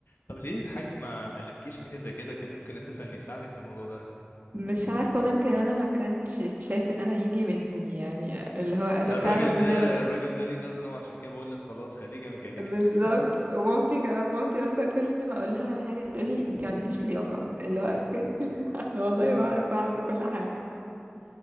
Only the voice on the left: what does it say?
طب ليه الحاج ما علمكيش حاجه زي كده كان ممكن اساسا يساعدك في الموضوع ده
الراجل
ده
الراجل ده ليه نظره وعشان كده بقول لك خلاص خليكي مكانك
<laughs>